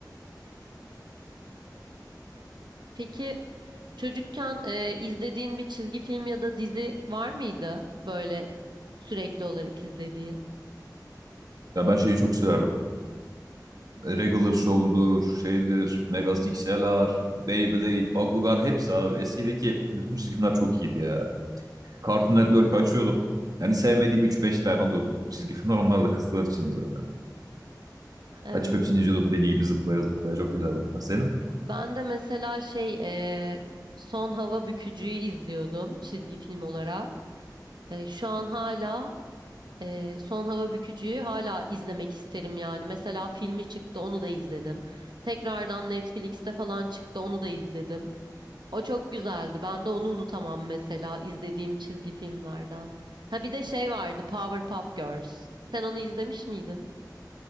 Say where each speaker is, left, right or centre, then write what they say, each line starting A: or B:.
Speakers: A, on the right; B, on the right.
A: Peki Çocukken e, izlediğin bir çizgi film ya da dizi var mıydı böyle sürekli olarak izlediğin?
B: Ya ben şeyi çok severdim. Regular Show'dur, şeydir, Mega XLR, Beyblade, Bakugan hepsi abi. Eskideki bütün çizgi filmler çok iyiydi ya. Cartoon Network'ı açıyordum. Yani sevmediğim üç beş tane oluyordu çizgi filmler. Onlar da kızlar için zaten.
A: Evet.
B: Açıp hepsini izliyordum deli gibi zıplaya zıplaya. Çok güzeldi. Senin?
A: Ben de mesela şey e, Son Hava Bükücü'yü izliyordum çizgi film olarak. E, şu an hala Ee, Son Hava Bükücü'yü hala izlemek isterim yani. Mesela filmi çıktı onu da izledim. Tekrardan Netflix'te falan çıktı onu da izledim. O çok güzeldi. Ben de onu unutamam mesela izlediğim çizgi filmlerden. Ha bir de şey vardı Powerpuff Girls. Sen onu izlemiş miydin?